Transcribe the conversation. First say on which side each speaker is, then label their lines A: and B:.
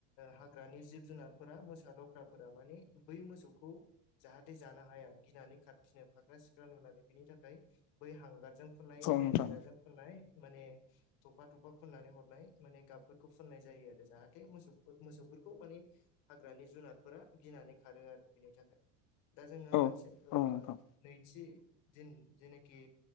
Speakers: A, on the left; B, on the left.
A: हाग्रानि जिब जुनारफोरा फ्राफोरा माने बै मोसौखौ जाहाथे जानो हाया गिनानै खारफिनो। फागखोरा सिखोख्रारा नुलायनाय बिनि थाखाय बै हांगारजों फुननाय इन्दि
B: औ नोंथां
A: थिराजों फुननाय माने थफा थफा फुननानै हरनाय माने गाब फोरखौ फुननाय जायो आरो जाहाथे मोसौ मोसौफोरखौ माने हाग्रानि जुनादफोरा गिनानै खारो आरो बिनि थाखाय दा जोङो
B: औ
A: मानसि
B: औ नोंथां
A: नैथि दिन जेनाखि